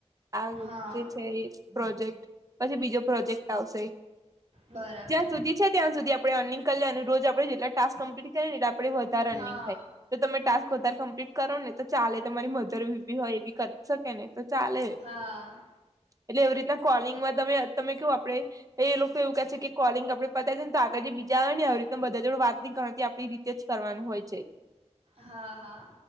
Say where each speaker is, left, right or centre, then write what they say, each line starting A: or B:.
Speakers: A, on the right; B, on the right.
A: આ
B: હા
A: જે છે, એ પ્રોજેક્ટ પછી બીજો પ્રોજેક્ટ આવશે
B: બરાબર
A: જ્યાં સુધી છે, ત્યાં સુધી આપણે અર્નિંગ કરી અને રોજ આપડે જેટલા ટાસ્ક કમ્પ્લી આપડે વધારે અનિંગ
B: હા
A: થાય તો તમે ટાસ્ક વધારે કમ્પ્લીટ કરો ને તો ચાલે તમારી મધર બી હોય એવી કરી જ શકે ને તો ચાલે
B: હા.
A: એટલે એવી રીતના કોલિંગમાં તમે તમે કેવું આપડે એ લોકો એવું કહે છે કે, કોલિંગ આપડે પતાયીએને, તો આગળ જે બીજા આવે ને, આવી રીતેના બધા જોડ વાત નહીં કરતી આપી. તે જ કરવાનું હોય છે.
B: હા હા